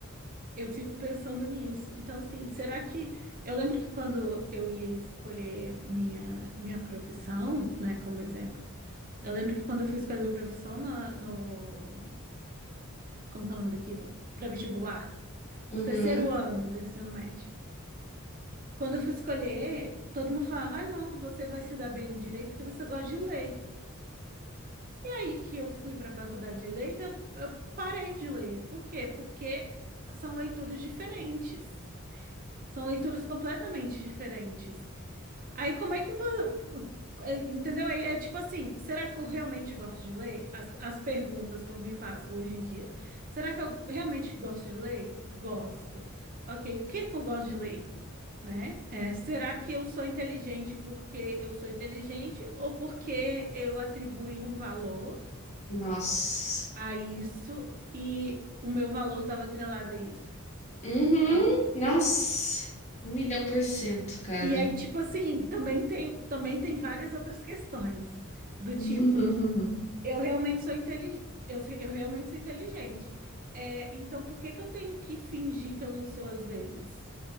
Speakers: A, on the right (about 40°); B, on the left (about 30°).
A: Eu fico pensando nisso. Então, assim, será que. Eu lembro que quando eu ia escolher minha, minha profissão, né, como exemplo. Eu lembro que quando eu fui escolher minha profissão na- no como que é o nome daquilo? Para vestibular,
B: Uhum.
A: no terceiro ano do ensino médio. Quando eu fui escolher, todo mundo falava: ah, não, você vai se dar bem no direito porque você gosta de ler. E aí que eu fui para a faculdade de direito, eu, eu parei de ler. Por quê? Porque são leituras diferentes. São leituras completamente diferentes. Aí como é que você. Entendeu? Aí é tipo assim, será que eu realmente gosto de ler? As, as perguntas que eu me faço hoje em dia. Será que eu realmente gosto de ler? Gosto. Ok, o que é que eu gosto de ler? Né? É, será que eu sou inteligente porque eu sou inteligente ou porque eu atribuí um valor
B: Nossa.
A: a isso e o meu valor estava atrelado a isso,
B: Uhum.
A: sabe?
B: Nossa. Um milhão por cento, cara.
A: E aí, tipo assim, também tem, também tem várias outras questões, do tipo.
B: <laughs> Uhum.
A: Eu realmente sou inteligente. Eu, se- eu realmente sou inteligente. É, então, por que que eu tenho que fingir que eu não sou às vezes?